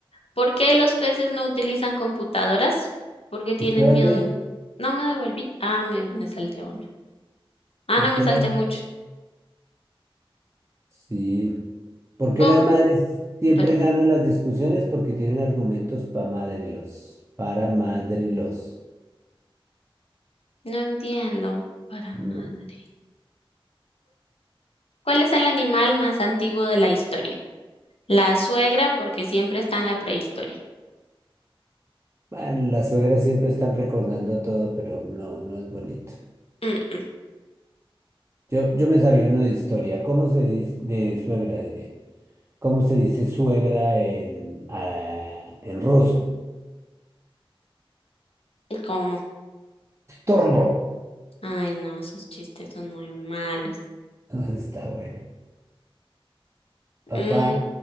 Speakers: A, on the left (about 85°); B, on the right (about 30°).
A: ¿Por qué los peces no utilizan computadoras? Porque tienen
B: Espérate,
A: miedo. No me devolví. Ah, me, me salté uno. Ah,
B: ¿por
A: no, me
B: qué
A: salté
B: la-
A: muchos.
B: Sí. ¿Por qué
A: Com-
B: las madres siempre
A: Perdón.
B: ganan las discusiones? Porque tienen argumentos para madrelos. Para madrelos.
A: No entiendo. Para
B: No.
A: madre. ¿Cuál es el animal más antiguo de la historia? La suegra, porque siempre está en la prehistoria.
B: Bueno, las suegras siempre están recordando todo, pero no, no es bonito.
A: Mm, mm,
B: Yo, yo me sabía uno de historia. ¿Cómo se dice, de suegra diré? ¿Cómo se dice suegra en, ah, en ruso?
A: ¿Cómo?
B: Torno.
A: Ay, no, esos chistes son muy malos.
B: <laughs> Está bueno. Papá,
A: Mm,